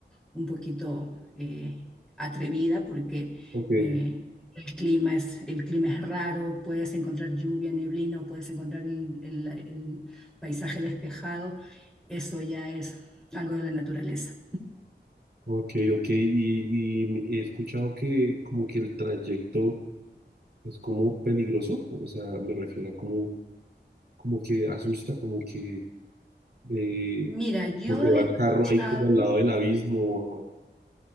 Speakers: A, in the centre; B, on the right.
A: un poquito... eh, atrevida porque
B: Ok,
A: eh, el, clima es, el clima es raro, puedes encontrar lluvia, neblina o puedes encontrar el, el- el paisaje despejado. Eso ya es algo de la naturaleza.
B: ok, ok. Y, y me- he escuchado que como que el trayecto es como peligroso, o sea, me refiero a como, como que asusta, como que, eh,
A: Mira, yo
B: como que
A: he
B: va
A: escuchado
B: el carro ahí como al lado del abismo.